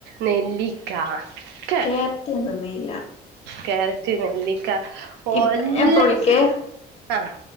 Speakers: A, on the right; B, on the left.
A: നെല്ലി ക്കാ ക്കെ
B: കേരറ്റ് ഞാൻ തിന്നേയില്ല
A: കാരറ്റ് നെല്ലിക്ക ഒല്ലാ
B: ഇപ്പ ഞാൻ ഇപ്പ വിളിക്കേ
A: സാ ആഹ്